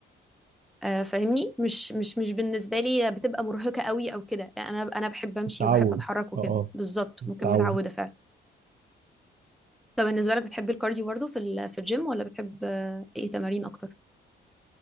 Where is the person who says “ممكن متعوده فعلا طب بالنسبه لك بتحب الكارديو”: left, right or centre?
Centre